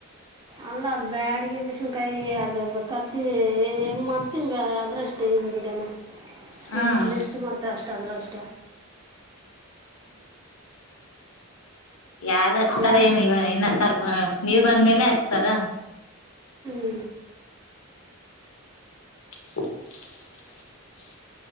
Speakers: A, on the right; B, on the left.
A: ಅಲ್ಲದು. ಬ್ಯಾಡಿಗೆ ಮೆಣಸಿನಕಾಯಿ ಅದರದ ಖರ್ಚಿ ಹೆಂಗ್ ಮಾಡ್ತಂಗ ಅದ್ರಷ್ಟೇ ಇದ ಗನ ಸೀಡ್ಸ್
B: ಹ್ಮ್
A: ಅಂದ ಎಷ್ಟು ಮಾಡ್ತಾರ ಅಷ್ಟ ಅಂದ್ರ ಅಷ್ಟ
B: ಯದ್ ಹಚ್ತಾರ
A: ಜಾಸ್ತಿ
B: ಏನು ಇವ ಇನ್ನ ತರ್ ಹ ನೀರ್ ಬಂದ್ಮೇಲೆ ಹಚ್ಚತರ
A: ಹ್ಮ
B: <inaudible>